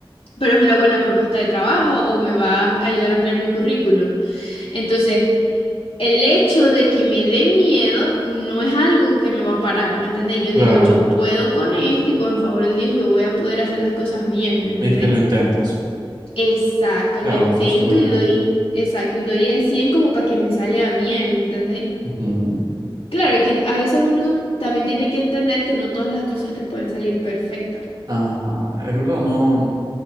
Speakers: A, on the left; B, on the right.
A: pero es una buena propuesta de trabajo o me va a am- ayudar a ampliar mi currículum. Entonces, el hecho de que me dé miedo no es algo que me va a parar, ¿me entendéis? Yo
B: Claro.
A: digo, yo puedo con esto y con el favor de Dios yo voy a poder hacer las cosas bien, ¿me entendéis?
B: Y es que lo intentas.
A: Exacto,
B: Claro,
A: lo intento
B: está súper
A: y
B: bien.
A: doy, exacto, y doy el 100 como para que me salga bien, ¿me entendéis?
B: Ujú.
A: Claro, que a veces uno también tiene que entender que no todas las cosas te pueden salir perfectas.
B: Ah, es verdad, no,